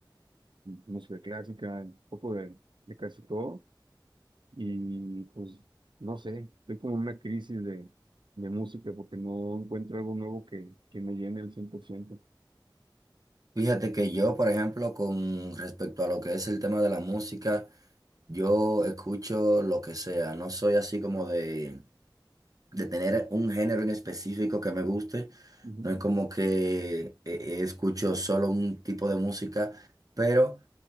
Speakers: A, on the right (about 70°); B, on the right (about 45°).
A: música clásica, un poco de, de casi todo. Y pues, no sé, estoy como en una crisis de, de música porque no encuentro algo nuevo que, que me llene el 100%.
B: Fíjate que yo, por ejemplo, con respecto a lo que es el tema de la música, yo escucho lo que sea. No soy así como de de tener un género en específico que me guste.
A: Ujú,
B: No es como que eh, eh, escucho solo un tipo de música, pero